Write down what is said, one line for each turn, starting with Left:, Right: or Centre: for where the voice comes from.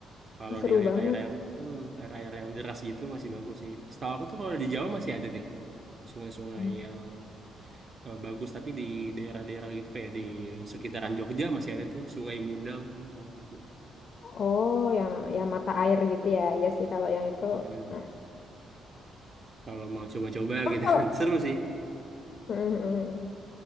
Right: kalau
Left: Ih, Seru
Right: di air-air
Left: banget.
Right: yang hmm, air-air yang deras gitu masih bagus sih. Setahu aku tuh kalau di Jawa masih ada deh sungai-sungai
Left: Nah,
Right: yang eh, bagus tapi di daerah-daerah gitu kayak di sekitaran Jogja masih ada tuh Sungai Mudal namanya kalau nggak
Left: Oh, yang yang mata air gitu ya. Iya sih kalau yang itu.
Right: salah.
Left: Nah,
Right: kalau mau coba-coba
Left: kan
Right: gitu
Left: kalau
Right: kan <laughs> seru sih
Left: Mhm.